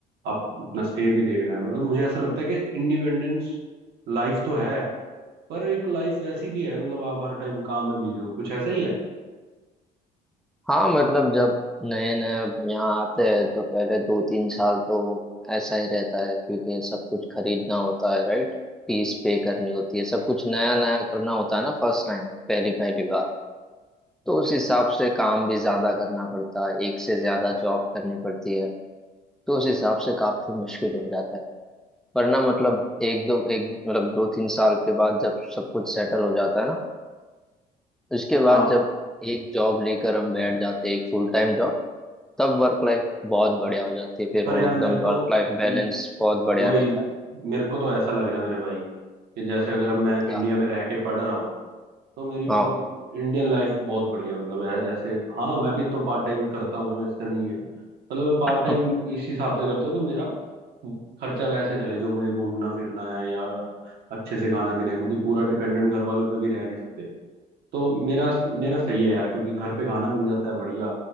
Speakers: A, on the right; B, in the centre.
A: आप अपना स्टे भी देखना है मतलब मुझे ऐसा लगता है कि इंडिपेंडेंस लाइफ तो है पर एक लाइफ ऐसी भी है मतलब आप हर टाइम काम में बिजी हो कुछ ऐसा ही है
B: हाँ मतलब जब नए नए अब यहाँ आते हैं तो पहले दो तीन साल तो ऐसा ही रहता है क्योंकि सब कुछ खरीदना होता है राइट फीस पे करनी होती है सब कुछ नया नया करना होता है ना फर्स्ट टाइम पहली पहली बार तो उस हिसाब से काम भी ज्यादा करना पड़ता है एक से ज्यादा जॉब करनी पड़ती है तो उस हिसाब से काफी मुश्किल हो जाता है वरना मतलब एक दो एक मतलब दो तीन साल के बाद जब सब कुछ सेटल हो जाता है ना उसके
A: हाँ
B: बाद जब एक जॉब लेकर हम बैठ जाते हैं एक फुल टाइम जॉब तब वर्क लाइफ बहुत बढ़िया हो जाती है फिर
A: पर
B: वो
A: यार
B: एकदम
A: मेरे को
B: वर्क लाइफ बैलेंस
A: म-
B: बहुत बढ़िया
A: वही
B: रहता है
A: मेरे को तो ऐसा लग रहा है मेरे भाई कि जैसे अगर अब मैं इंडिया
B: क्या
A: में रह के पढ़ रहा हूँ तो मेरी
B: हाँ
A: मतलब इंडियन लाइफ बहुत बढ़िया मतलब ऐ- ऐसे हाँ मैं भी तो पार्ट टाइम करता हूँ ऐसा नहीं है मतलब मैं
B: <laughs>
A: पार्ट टाइम इस हिसाब से करता हूँ कि मेरा खर्चा वैसे चले जो मुझे घूमना फिरना है या अच्छे से खाना पीना है क्योंकि पूरा डिपेंडेंट घर वालों पे भी रह नहीं सकते तो मेरा मेरा सही है यार क्योंकि घर पे खाना मिल जाता है बढ़िया